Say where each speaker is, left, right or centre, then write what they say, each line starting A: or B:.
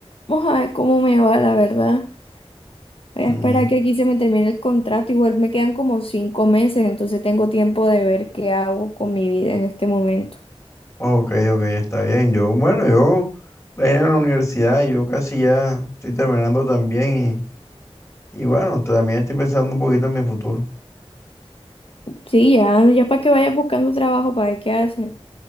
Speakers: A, on the left (about 55°); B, on the left (about 25°).
A: vamos a ver cómo me va, la verdad. Voy
B: Mm,
A: a esperar que aquí se me termine el contrato. Igual me quedan como cinco meses, entonces tengo tiempo de ver qué hago con mi vida en este momento.
B: ok, ok, está bien. Yo, bueno, yo vine a la universidad, yo casi ya estoy terminando también y, y bueno, también estoy pensando un poquito en mi futuro.
A: Sí, ya, ya para que vayas buscando trabajo, para ver qué hace.